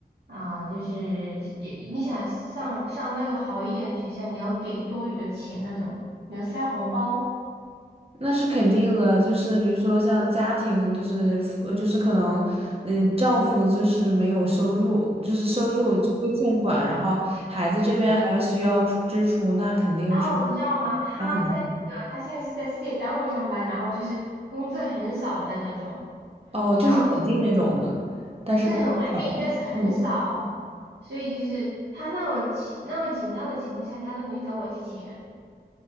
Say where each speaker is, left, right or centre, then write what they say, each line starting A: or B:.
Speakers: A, on the right; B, on the right.
A: 啊，就是也你想上上那个好一点的学校，你要给多余的钱那种，你要塞红包。
B: 那是肯定的，就是比如说像家庭，就是夫呃，就是可能，嗯，丈夫就是没有收入，就是收入就会欠款，然后孩子这边还要需要支支出，那肯定是
A: 然后你知道吗？他在这个他现在是在事业单位上班，
B: 那很难
A: 然后就是工资很少的那种，
B: 哦，就是稳定那种的，
A: 然后
B: 但是工资少。
A: 就是很稳定，但是很少，
B: 嗯，
A: 所以就是他那么紧那么紧张的情况下，他都没找我借钱，